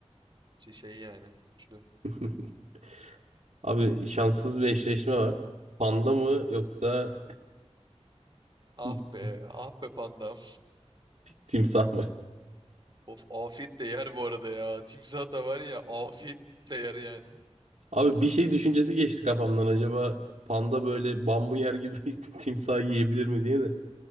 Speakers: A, on the right (about 40°); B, on the right (about 75°).
A: şey şey yani. Üçlü.
B: <laughs> Abi şanssız bir eşleşme var. Panda mı yoksa <laughs>
A: Ah be, ah be pandam.
B: timsah mı?
A: Of afiyet de yer bu arada ya. Timsah da var ya afiyet de yer yani.
B: Abi bir şey düşüncesi geçti kafamdan. Acaba panda böyle bambu yer gibi <laughs> timsahı yiyebilir mi diye de.